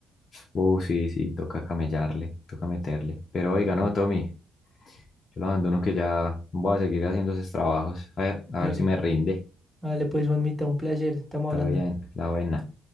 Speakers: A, on the left; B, in the centre.
A: Uh, sí, sí, toca camellarle, toca meterle. Pero oiga,
B: Toca.
A: no, Tommy, yo lo abandono que ya voy a seguir haciendo esos trabajos. A ver, a
B: Dale,
A: ver si me rinde.
B: dale, pues, Juanmita, un placer. Estamos
A: Todo
B: hablando.
A: bien, la buena.